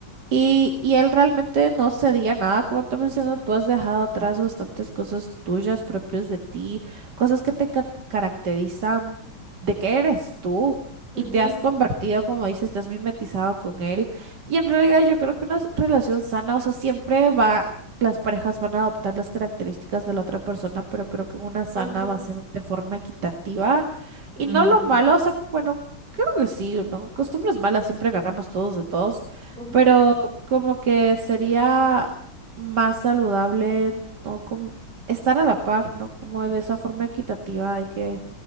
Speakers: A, on the right; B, on the right.
A: Y, y él realmente no cedía nada, como te menciono, tú has dejado atrás bastantes cosas tuyas, propias de ti, cosas que te ca- caracterizan de que eres tú
B: ujú,
A: y te has convertido, como dices, te has mimetizado con él. Y en realidad yo creo que una s- relación sana, o sea, siempre va, las parejas van a adoptar las características de la otra persona, pero creo que una sana
B: ujú,
A: va a ser de forma equitativa y
B: mm,
A: no lo malo, o sea, bueno, creo que sí, ¿no? Costumbres malas siempre agarramos todos de todos.
B: ujú,
A: Pero como que sería más saludable, ¿no? Como estar a la par, ¿no? Como de esa forma equitativa de que